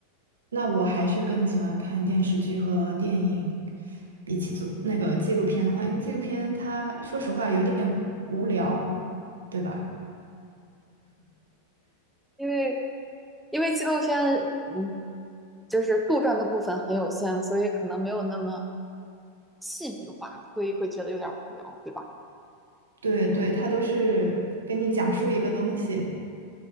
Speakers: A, on the right; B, in the centre.
A: 那我还是更喜欢看电视剧和电影，比起做那个纪录片的话，因为纪录片它说实话有点无聊，对吧？
B: 因为因为纪录片，嗯，就是杜撰的部分很有限，所以可能没有那么戏剧化，所以会觉得有点无聊，对吧？
A: 对对，它都是给你讲述一个东西，